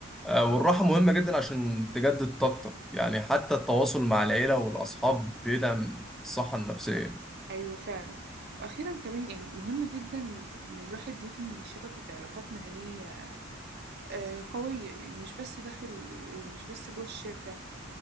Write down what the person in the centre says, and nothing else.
آه، والراحة مهمة جدا عشان تجدد طاقتك يعني حتى التواصل مع العيلة والأصحاب بيدعم الصحة النفسية